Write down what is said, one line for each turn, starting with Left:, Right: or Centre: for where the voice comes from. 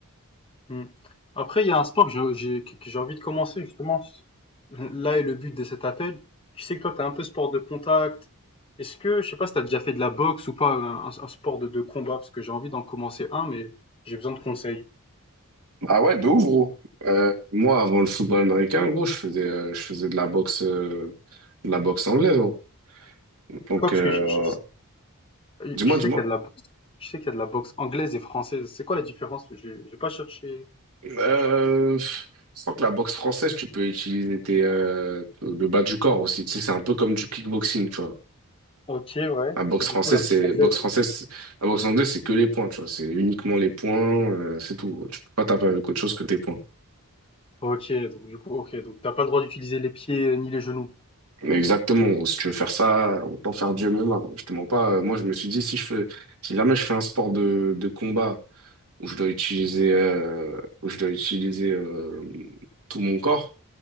Left: Mmh. Après, il y a un sport que j'ai j'ai- que que j'ai envie de commencer, justement. c- Là est le but de cet appel. Je sais que toi, tu es un peu sport de contact. Est-ce que, je sais pas si tu as déjà fait de la boxe ou pas, un, un- un sport de, de combat, parce que j'ai envie d'en commencer un, mais j'ai besoin de conseils.
Right: Ah ouais, de ouf, gros. Euh, moi, avant le football américain, gros, je faisais, euh, je faisais de la boxe, euh, de la boxe anglaise, gros.
Left: Pourquoi?
Right: Donc,
Left: Parce
Right: euh,
Left: que je, je-
Right: dis-moi,
Left: je je
Right: dis-moi.
Left: sais qu'il y a de la boxe, je sais qu'il y a de la boxe anglaise et française. C'est quoi la différence? J'ai j'ai pas cherché.
Right: Euh, je crois que la boxe française, tu peux utiliser tes, euh, le bas du corps aussi. Tu sais, c'est un peu comme du kickboxing, tu vois.
Left: Ok, ouais.
Right: La boxe
Left: Et du
Right: française,
Left: coup, la boxe
Right: c'est
Left: anglaise.
Right: boxe française, la boxe anglaise, c'est que les points, tu vois. C'est uniquement les points, euh, c'est tout. gros. Tu peux pas taper avec autre chose que tes points.
Left: Ok, donc du coup, ok. Donc t'as pas le droit d'utiliser les pieds euh, ni les genoux.
Right: Mais exactement, gros. Si tu veux faire ça, autant faire du MMA. gros. Je te mens pas. euh, Moi, je me suis dit, si je fais, si jamais je fais un sport de, de combat où je dois utiliser, euh, où je dois utiliser euh, tout mon corps,